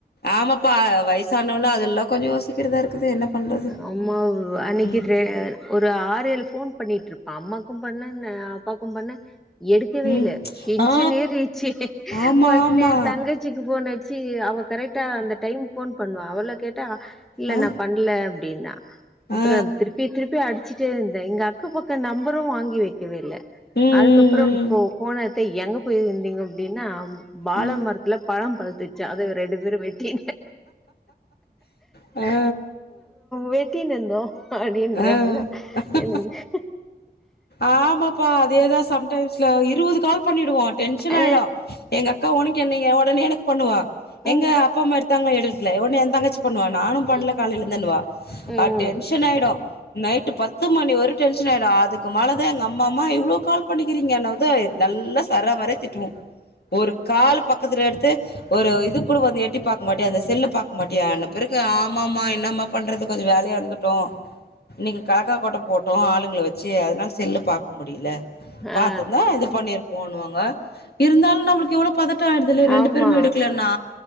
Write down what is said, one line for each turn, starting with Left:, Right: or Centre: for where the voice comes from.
Left: ஆமாப்பா வயசானவளா அதெல்லா கொஞ்சம் யோசிக்கிறதா இருக்குது என்ன பண்றது
Centre: ஆமா அன்னிக்கு
Left: ம்
Centre: ட்ரே ஒரு ஆறு ஏழு ஃபோன் பண்ணிட்டுருப்பான் அம்மாக்கும் பண்ணன்ன அப் பாக்கும் பண்ணே எடுக்கவே
Left: ம்
Centre: இல்ல டென்ஷன்
Left: ஆ
Centre: ஏறிட்ச்சு
Left: ஆமா
Centre: ஒட்னே
Left: ஆமா
Centre: என் தங்கச்சிக்கு போனடிச்சி அவ கரெக்டா அந்த டைம் ஃபோன் பண்ணா அவள கேட் டா இல்ல
Left: ஆ
Centre: நான் பண்ல அப்படின்னா அப்றம்
Left: ஆ
Centre: திருப்பி திருப்பி அடிச்சுட்டே இருந்தேன் இங்க அக்கம் பக்கம் நம்பரும் வாங்கி வெக்கவே இல்ல
Left: ம்
Centre: அதுக்கப்பறம்
Left: ம்
Centre: இப்போ போனத்தை எங்க போயிருந்தீங்க அப்படின்னா பால
Left: ம் ம்
Centre: மரத்துல பழம் பழுத்துரு ச்சு அத ரெண்டு பேரும் வெட்டி
Left: ஆ
Centre: வெட்டின் இந்தோம் அப்படின்றாங்க
Left: ஆ ஆ
Centre: எனக்கு
Left: ஆமாப்பா அதேதான் சம்டைம் ஸ்ல இருபது கால் பண்ணிடுவா டென்ஷன்
Centre: ஆ
Left: ஆயிடும் எங்க அக்கா உனக்கு என்னய ஒடனே எனக்கு பண்ணுவா
Centre: ம்
Left: எங்க அப்பா அம்மா எடுத்தாங்களா எடு இல்ல ஒட்னே என் தங்கச்சி பண்ணுவா நானும்
Centre: ம்
Left: பண்ணல காலைலெந்துன்னுவா
Centre: ம்
Left: அ டென்ஷன் ஆயிடும் நைட்டு பத்து மணி வறையு டென்ஷன் ஆயிடும் அதுக் கு மேலைதான் எங்க அம்மா அம்மா இவ்ளோ கால் பண்ணிக்கிறீங்க என்னவுதான் நல்லா சராமாரியா திட்டுவாங்க ஒரு கால் பக்கத்துல எடுத்து ஒரு இது கூட வந்து எட்டி பாக்க மாட்டியா அந்த செல்லு பாக்க மாட்டியா அன்ன பிறகு ஆமாம்மா என்னம்மா பண்றது கொஞ்சம் வேலையா இருந்துட்டோம் இன்னைக்கு காக்கா போட்ட போட் ஆளுங்களை வச்சு சரி அதனால் செல்ல பார்க்க முடியல
Centre: ஆ
Left: பார்த்த தான் இது பண்ணிருப்பேன் போண்ணுவாங்க இருந்தாலும் நம்மளுக்கு எவ்வளவு பதட்டம் ஆயிரத்துல்ல ரெண்டு
Centre: ஆமா
Left: பேருமே எடுக்கலன்னா